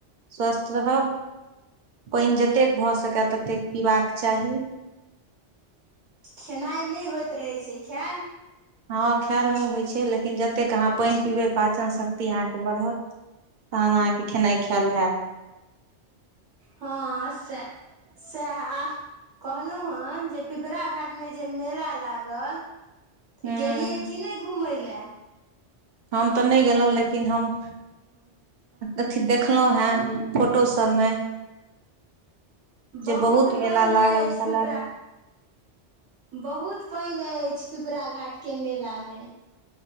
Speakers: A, on the right (about 50°); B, on the right (about 75°).
A: स्वस्थ रहब, पानि जतेक भऽ सकए ततेक पीबाक चाही।
B: खेनाइ नहि होइत रहै छै खायल।
A: हँ खायल नहि होइत छै लेकिन जतेक अहाँ पानि पीबै पाचन शक्ति अहाँके बढ़त। तखन अहाँके खेनाइ खायल हएत।
B: हँ सए सैह। कहलहुं हन जे पिपराघाट मे जे मेला लागल तऽ
A: हूँ
B: गेलियै कि नहि घूमय लए।
A: हम तऽ नहि गेलहुँ लेकिन हम अथी देखलहुं हें फोटो सब मे जे
B: बहुत पइन
A: मेला लागल
B: अछि
A: छलए
B: पिपरा बहुत पानि अछि पिपराघाट के मेलामे